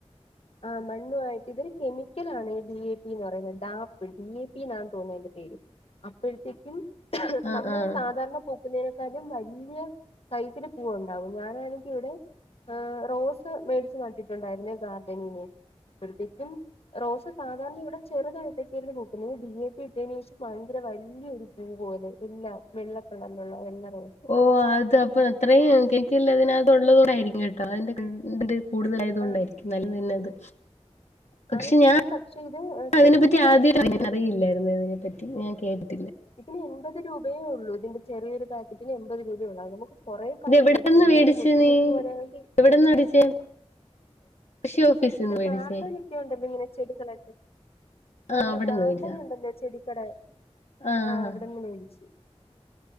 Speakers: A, on the left (about 60°); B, on the left (about 80°).
A: ആ മണ്ണ് ആയിട്ട് ഇതൊരു കെമിക്കൽ ആണ് ഡി എ പിന്ന് പറയുന്നത് ഡാപ്പ് ഡി എ പി എന്നാണ് തോന്നുന്നത് അതിന്റെ പേര് അപ്പോഴത്തേക്കും ഹ്
B: ആഹ്
A: നമ്മൾ
B: ആഹ്
A: സാധാരണ പോ ഇതിനെക്കാളും വല്യയ കൈത്തി പൂവ് ഉണ്ടാവും ഞാനാണ് ഇവിടെ റോസ് മേടിച്ച് നട്ടിട്ടുണ്ടായിരുന്നു ഇ ബങ്ങനെ അപ്പോഴത്തേക്കും റോസ് സാധാരണ ഇവിടെ ചെറുതഴത്തൊക്ക പൂക്ക് ഡി എ പി ഇട്ടതിനന് ശേഷം ഭയങ്കര വലൊരു പൂ പോലെ എല്ലാം വെള്ളകളറിലുള്ള എല്ലാം
B: ഓ അത് അപ്പൊ അത്രയും കേക്കില്ല അതിനകത് ഉള്ളത കൊണ്ടായിരിക്കും കേട്ടോ അതിന്റെ ട് കൂടുതലായത് കൊണ്ടായിരിക്കും
A: ആഹ്
B: നല്ല അത് പക്ഷെ
A: ആയിരിക്കും
B: ഞാൻ
A: പക്ഷെ ഇത് സേഫാണ്
B: അതിനെ പറ്റി ആദ്യ അറില്ലായിരുന്നു അതിനെ പറ്റി ഞാൻ കേട്ടിട്ടില്ല
A: ഇതിന് എൺപത് രൂപ രേ ഉള്ളൂ ഇതിന്റെ ചെറിയൊ പാക്കറ്റന് എൺപത് രൂപയള്ളൂ അത് നമുക്ക് കുറേക്കാലം
B: ഇത് എവിടെന്ന്
A: യൂസ് ചെയ്തു
B: മേടിച്ച്
A: ഇങ്ങനെ മുത്ത
B: നീ
A: മുത്ത് പറയണ്ട്
B: എവിടെന്ന് മേടിച്ചേ കൃഷി ഓഫീസിന്ന്
A: ഇത്
B: മേടിച്ചേ
A: ഗാർഡൻ ഒക്കെ ഉണ്ടല്ലോ ഇങ്ങനെ ചെടികളൊക്കെ
B: ആഹ്
A: അല്ല
B: അവിടെന്ന്
A: ഗാർഡൻ
B: മേടിച്ചതാ
A: ഉണ്ടല്ലോ ചെടി ഇക്കടെ
B: ആഹ്
A: ആ അവിടെന്ന് മേടിച്ച്